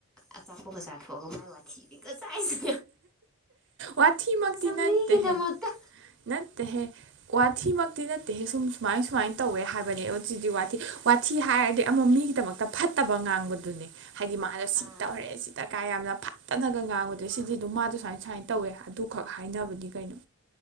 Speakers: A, in the centre; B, on the right (about 55°).
A: ꯑꯆꯥꯄꯣꯠꯀ ꯆꯥꯥꯊꯣꯛꯑꯒ ꯃꯥꯏ ꯋꯥꯔꯤ ꯊꯤꯔꯒ ꯆꯥꯏꯅ
B: ꯋꯥꯊꯤꯃꯛꯇꯤ
A: ꯆꯥꯝꯃꯔꯤꯒꯤꯗꯃꯛꯇ
B: ꯅꯠꯇꯦꯍꯦ ꯅꯠꯇꯦꯍꯦ ꯋꯥꯊꯤꯃꯛꯇꯤ ꯅꯠꯇꯦꯍꯦ ꯁꯨꯝ ꯁꯨꯃꯥꯏ ꯁꯨꯃꯥꯏꯅ ꯇꯧꯋꯦ ꯍꯥꯏꯕꯅꯦ ꯎꯆꯤꯖꯤ ꯋꯥꯊꯤ ꯋꯥꯊꯤ ꯍꯥꯏꯔꯗꯤ ꯑꯃ ꯃꯤꯒꯤꯗꯃꯛ ꯑꯐꯠꯇꯕ ꯉꯥꯡꯕꯗꯨꯅꯦ ꯍꯥꯏꯗꯤ ꯃꯥꯗꯣ ꯁꯤ
A: ꯑꯥ
B: ꯇꯧꯔꯦ ꯁꯤ ꯀꯥꯏ ꯌꯥꯝꯅ ꯐꯠꯇꯅꯒ ꯉꯥꯡꯕꯗꯣ ꯑꯗꯩ ꯁꯤꯗꯤ ꯗꯨꯝ ꯃꯥꯗꯣ ꯁꯨꯃꯥꯏꯅ ꯁꯨꯃꯥꯏꯅ ꯇꯧꯋꯦ ꯑꯗꯨꯈꯛ ꯍꯥꯏꯅꯕꯅꯤ ꯀꯩꯅꯣ